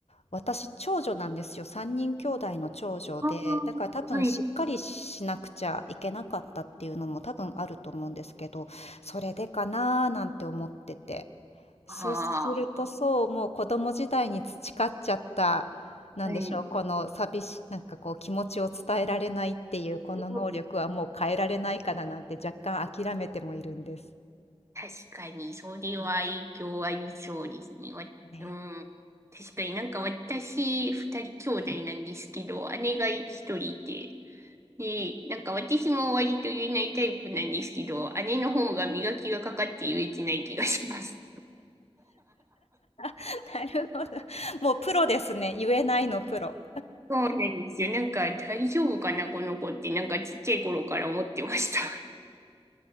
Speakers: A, on the left; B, on the right.
A: 私、長女なんですよ。3人兄弟の長女で、
B: あーはい。
A: だから多分しっかりしなくちゃいけなかったっていうのも多分あると思うんですけど、それでかなーなんて思ってて。そうするとそう、
B: ああ、
A: もう子供時代に培っちゃった、なんでしょう、
B: はい。
A: この寂し、なんかこう気持ちを伝えられないっていうこの能力はもう変えられないかななんて若干諦めてもいるんです。
B: うん確かに、それは影響ありそうですね。わ、
A: ね。
B: うん。確かになんか私、二人兄弟なんですけど、姉が一人いて、で、なんか私も割と言えないタイプなんですけど、姉の方が磨きがかかって言えてない気がします。
A: <laughs> なるほど。もうプロですね。言えないのプロ。
B: そうなんですよ。なんか大丈夫かな、この子って、なんかちっちゃい頃から思ってました。